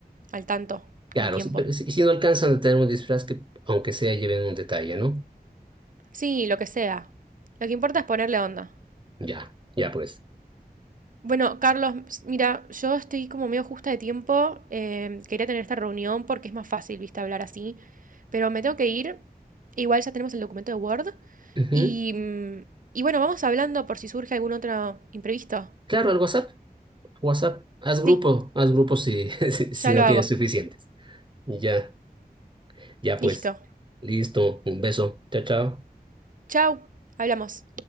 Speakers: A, on the right; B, on the right.
A: al tanto
B: Claro,
A: con tiempo.
B: si- pero si, si no alcanzan a tener un disfraz que, aunque sea, lleven un detalle, ¿no?
A: Sí, lo que sea. Lo que importa es ponerle onda.
B: Ya, ya pues.
A: Bueno, Carlos, s- mira, yo estoy como medio justa de tiempo. em, quería tener esta reunión porque es más fácil, viste, hablar así. Pero me tengo que ir. Igual ya tenemos el documento de Word.
B: Ujú.
A: Y, mm, y bueno, vamos hablando por si surge algún otro imprevisto.
B: Claro, al WhatsApp. WhatsApp. Haz grupo,
A: Sí,
B: haz grupo si, <laughs> si, si
A: ya
B: no
A: lo hago.
B: tienes suficientes. Ya, ya pues.
A: Listo.
B: Listo. Un beso. Chao, chao.
A: Chau, hablamos.